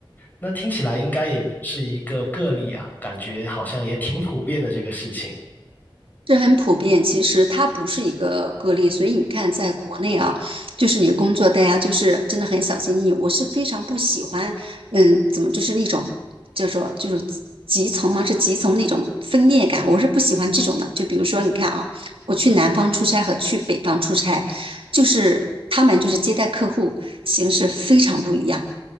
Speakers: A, on the left (about 20°); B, on the right (about 85°).
A: 那听起来应该也不是一个个例啊，感觉好像也挺普遍的这个事情。
B: 这很普遍，其实它不是一个个例，所以你看，在国内啊，就是你工作，大家就是真的很小心翼翼。我是非常不喜欢，嗯，怎么就是那种叫做就是集从嘛，是集从那种分裂感，我是不喜欢这种的。就比如说，你看啊，我去南方出差和去北方出差，就是他们就是接待客户形式非常不一样。